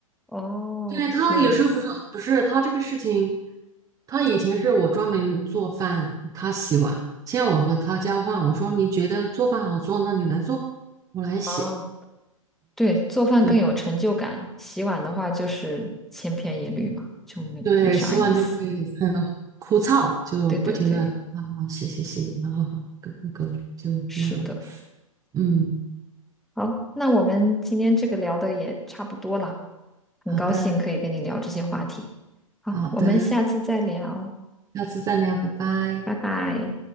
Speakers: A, in the centre; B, on the right.
A: 哦，
B: 对，他有时候不做，
A: 挺有意思
B: 不是他这个事情，他以前是我专门做饭，他洗碗。现在我和他交换，我说你觉得做饭好做，那你来做，我来洗。
A: 啊。对，做饭更有成就感，
B: 对
A: 洗碗的话就是千篇一律嘛，就没没啥意思。
B: 对，洗碗就会很枯燥，就不停的啊啊洗洗洗，
A: 对对对，
B: 然后好勾 g 勾，就那种。
A: 是的。
B: 嗯，
A: 好，那我们今天这个聊的也差不多了，很高兴可以跟你聊这些话题。
B: 好的
A: 好，
B: 好的，
A: 我们下次再聊，
B: 下次再聊，拜拜。
A: 拜拜。